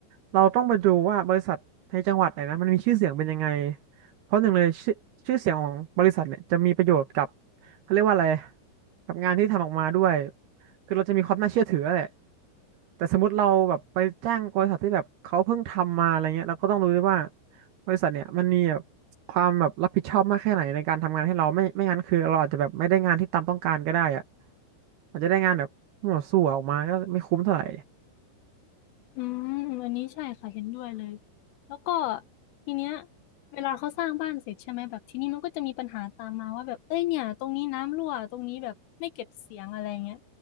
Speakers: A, on the right; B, on the left.
A: เราต้องไปดูว่าบริษัทในจังหวัดไหนนะมันมีชื่อเสียงเป็นยังไงเพราะหนึ่งเลยชื่อชื่อเสียงของบริษัทเนี่ยจะมีประโยชน์กับเขาเรียกว่าอะไรกับงานที่ทำออกมาด้วยคือเราจะมีความน่าเชื่อถือแหละ แต่สมมติเราแบบไปจ้างบริษัทที่แบบเขาเพิ่งทำมาอะไรเงี้ยเราก็ต้องรู้ด้วยว่าบริษัทเนี่ยมันมีแบบความแบบรับผิดชอบมากแค่ไหนในการทำงานให้เราไม่ไม่งั้นคือเราอาจจะแบบไม่ได้งานที่ตามต้องการก็ได้อะอาจจะได้งานแบบมั่วซั่วออกมาก็ไม่คุ้มเท่าไหร่
B: อืมอันนี้ใช่ค่ะเห็นด้วยเลยแล้วก็ทีเนี้ยเวลาเขาสร้างบ้านเสร็จใช่ไหมแบบทีนี้มันก็จะมีปัญหาตามมาว่าแบบเอ้ยเนี่ยตรงนี้น้ำรั่วตรงนี้แบบไม่เก็บเสียงอะไรเงี้ย